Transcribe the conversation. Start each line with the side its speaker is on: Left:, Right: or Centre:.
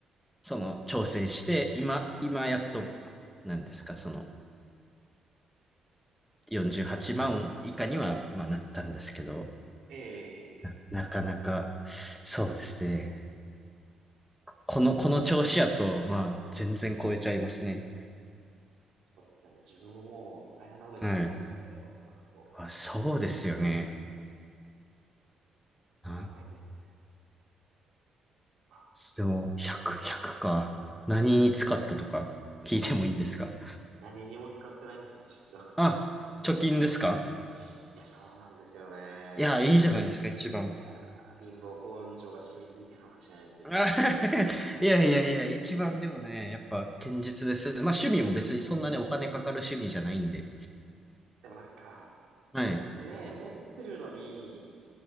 Centre: その、調整して、今、今やっと、なんですか、その、48万以下には、まあ、なったんですけど、
Right: ええええ
Centre: な、なかなか、そうですね。この、この調子やと、まあ、全然超えちゃいますね。
Right: そうですよね。自分ももう大変なことになっちゃうんで、
Centre: はい。
Right: 今後だと。
Centre: あ、そうですよね。な
Right: やばいですね。まあ
Centre: でも、100、100か。何に使ったとか、聞いてもいいんですか
Right: 何にも使ってないんですよね、実は。
Centre: あ、貯金ですか
Right: <laughs> いや、そうなんですよね。
Centre: いや、
Right: やっぱ貧、
Centre: いいじゃないですか、一番。
Right: いやー、貧乏根性が染みついてるのか知らないですけど。
Centre: あ <laughs> いやいやいや、一番でもね、やっぱ堅実です。まあ趣味も別にそんなね、お金かかる趣味じゃないんで。
Right: でもなんか、
Centre: はい。
Right: ねえ、持ってるのに、